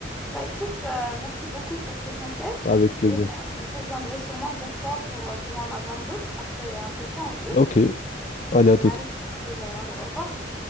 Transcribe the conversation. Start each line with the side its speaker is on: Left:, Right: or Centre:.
Centre: Bah écoute, euh, merci beaucoup pour tes conseils,
Left: Avec plaisir.
Centre: et euh, je reviendrai sûrement vers toi pour, euh, pour en avoir d'autres après un peu de temps, ok?
Left: Ok. Hola,
Centre: Allez, euh, au au revoir.